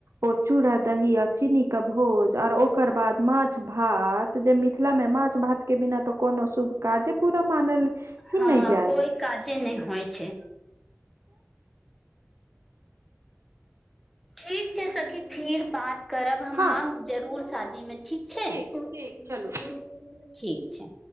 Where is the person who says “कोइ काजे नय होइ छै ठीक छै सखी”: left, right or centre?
Centre